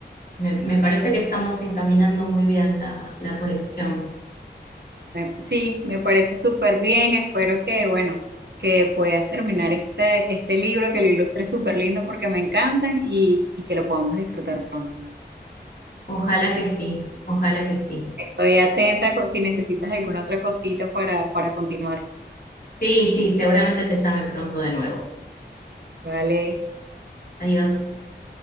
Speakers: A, on the left (about 55°); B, on the right (about 70°).
A: me, me parece que estamos encaminando muy bien la, la colección.
B: Me- sí, me parece súper bien. Espero que, bueno, que puedas terminar este, este libro, que lo ilustres súper lindo porque me encantan y, y que lo podamos disfrutar pronto.
A: Ojalá que sí, ojalá que sí.
B: Estoy atenta co- si necesitas alguna otra cosita para, para continuar.
A: Sí, sí, seguramente te llame pronto de nuevo.
B: Vale.
A: Adiós.